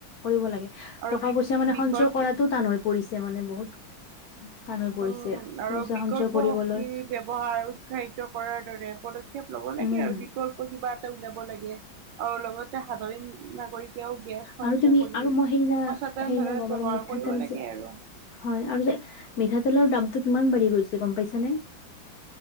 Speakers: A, on the left; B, on the right.
A: কৰিব লাগে।
B: আৰু
A: টকা পইচা মানে
B: বিকল্প
A: সঞ্চয় কৰাটো টান হৈ পৰিছে মানে বহুত টান হৈ পৰিছে
B: উম আৰু
A: পইচা
B: বিকল্প
A: সঞ্চয় কৰিবলৈ
B: শক্তিৰ ব্যৱহাৰ উৎসাহিত কৰাৰ দৰে পদক্ষেপ লব লব লাগে
A: উম
B: আৰু বিকল্প কিবা এটা উলিয়াব লাগে আৰু লগতে সাধাৰণ নাগৰিকে এতিয়াও গেছ সঞ্চয়
A: আৰু তুমি
B: কৰি
A: আৰু মই সেইদিনা
B: সচেতন
A: সেইদিনা
B: ভাৱে
A: গম পালো
B: ব্যৱহাৰ
A: মিঠাতেল
B: কৰিব লাগে
A: যে
B: আৰু
A: হয় আৰু যে মিঠাতেলৰ দামটো কিমান বাঢ়ি গৈছে গম পাইছানে